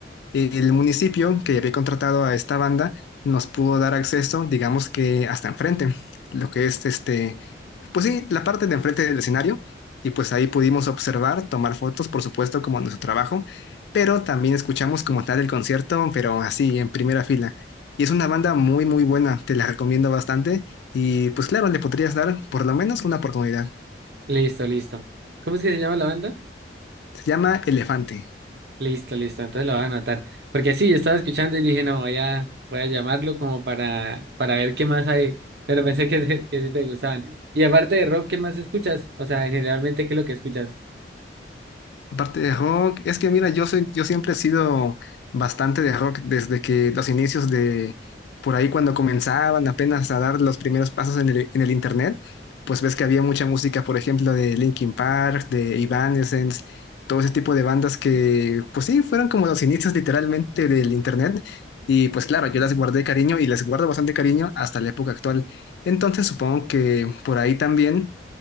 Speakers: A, on the left; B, on the right.
A: el municipio que había contratado a esta banda nos pudo dar acceso, digamos que hasta enfrente, lo que es este, pues sí, la parte de enfrente del escenario, y pues ahí pudimos observar, tomar fotos, por supuesto, como nuestro trabajo, pero también escuchamos como tal el concierto, pero así, en primera fila. Y es una banda muy, muy buena, te la recomiendo bastante, y pues claro, le podrías dar por lo menos una oportunidad.
B: Listo, listo. ¿Cómo es que se llama la banda?
A: Se llama Elefante.
B: Listo, listo, entonces lo voy a anotar. Porque sí, yo estaba escuchando y dije, no, voy a, voy a llamarlo como para, para ver qué más hay. Pero pensé que, te- que sí te gustaban. Y aparte de rock, ¿qué más escuchas? O sea, generalmente, ¿qué es lo que escuchas?
A: Aparte de rock, es que mira, yo, soy- yo siempre he sido bastante de rock desde que los inicios de por ahí cuando comenzaban apenas a dar los primeros pasos en el, en el internet, pues ves que había mucha música, por ejemplo, de Linkin Park, de Evanescence, todo ese tipo de bandas que, pues sí, fueron como los inicios literalmente del internet. Y pues claro, yo las guardé cariño y les guardo bastante cariño hasta la época actual. Entonces supongo que por ahí también